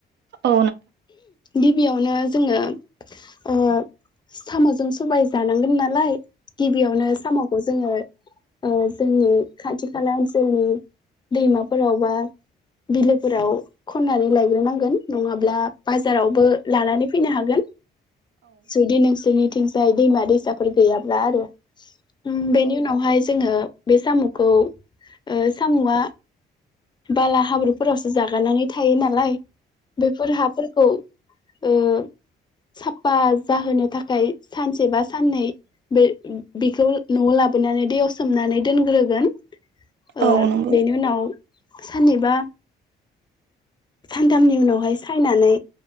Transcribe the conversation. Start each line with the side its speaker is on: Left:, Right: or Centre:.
Right: औ
Left: गिबियावनो जोङो साम'जों सबाय जानाय थानांगोन नालाय गिबियावनो साम'खौ जोङो जोंनि खाथि खाला ओनसोलनि दैमाफोराव बा बिलोफोराव खन्नानै लायग्रोनांगोन नङाब्ला बाजारावबो लानानै फैनो हागोन जुदि नोंसारनि थिंजाय दैमा दैसाफोर गैयाब्ला आरो उम बेनियाव नहाय जोो बे साम'खौ साम'आ बाला हाब्रुफोरावसो जागानानै थायो नालाय बेफोर हाफोरखौ ओ साफा जाहोनो थाखाय सानसे बा साननै बे बेखौ न'आव लाबोनानै दैयाव सोमनानै दोनग्रोगोन । ओ
Right: औ नंगौ
Left: बेनि उनाव साननैबा सानथामनि उनावहाय सायनानै